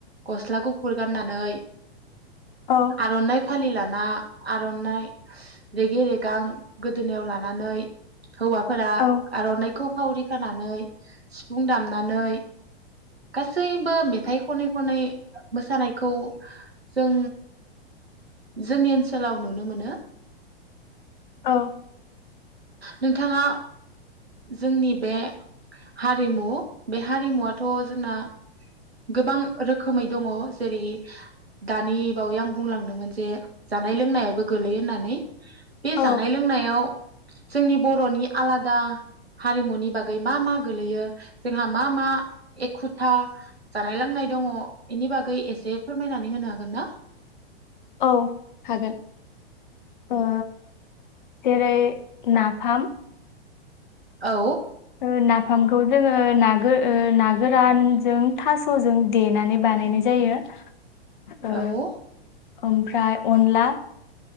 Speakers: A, on the right (about 75°); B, on the left (about 50°).
A: गस्ला गुफुर गाननानै
B: औ
A: आर'नाइ फालि लाना आर'नाइ रेगे रेगां गोदोनायाव लानानै हौवाफोरा
B: औ
A: आर'नाइखौ फावरि खानानै सिफुं दामनानै गासैबो मेथाइ खनै खनै मोसानायखौ जों जोंनि ओनसोलाव नुनो मोनो।
B: औ
A: नोंथाङा जोंनि बे हारिमु बे हारिमुआथ' जोंना गोबां रोखोमै दङ जेरै दानि बावै आं बुंलांदोंमोन जे जानाय लोंनायाबो गोलैयो होननानै। बे
B: औ
A: जानाय लोंनायाव जोंनि बर'नि आलादा हारिमुनि बागै मा मा गोलैयो जोंहा मा मा? एखुथा जानाय लोंनाय दङ इनि बागै एसे फोरमायनानै होनो हागोन ना?
B: औ हागोन ओ जेरै नाफाम
A: औ
B: ओ नाफामखौ जोङो नागो ओ ना गोरानजों थास'जों देनानै बानायनाय जायो।
A: औ
B: ओ ओमफ्राय अनला